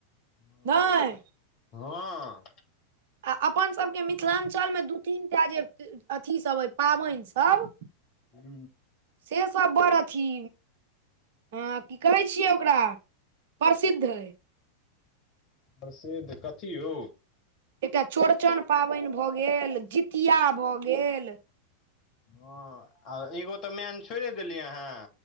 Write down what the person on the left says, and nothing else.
ह
हँ।
हू
प्रसिद्ध कथी यौ?
हँ आ एगो तऽ मैन छोड़िे देलियै हँ